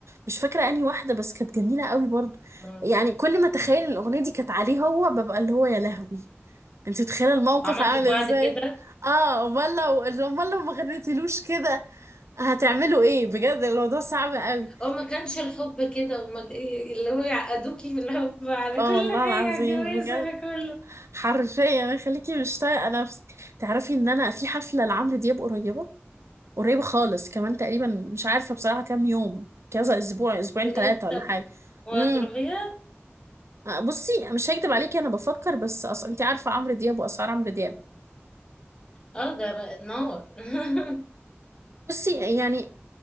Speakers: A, on the right; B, on the left.
A: مش فاكره انهي واحده بس كانت جميله قوي برضو
B: اه
A: يعني كل ما اتخيل إن الاغنيه دي كانت عليه هو ببقى اللي هو يا لهوي انت متخيله الموقف
B: وعملتوا
A: عامل
B: في بعض
A: ازاي
B: كده
A: اه امال لو امال لو ما غنيتلوش كده هتعملوا ايه بجد الموضوع صعب قوي
B: اه ما كانش الحب كده وما إيه اللي هو يعقدوكي في الحب على
A: اه
B: كل
A: والله
B: حاجة
A: العظيم
B: جواز
A: بجد
B: على كله
A: حرفيا خليكي مش طايقه نفسك تعرفي ان انا في حفله لعمرو دياب قريبه قريب خالص كمان تقريبا مش عارفة بصراحة كام يوم كذا أسبوع أسبوعين
B: بجد
A: ثلاثة ولا
B: طب
A: حاجة
B: وهتروحيها
A: امم بصي مش هكدب عليكي أنا بفكر بس أصلا أنت عارفة عمرو دياب وأسعار عمرو دياب
B: اه ده بقى النار <laughs>
A: بصي يعني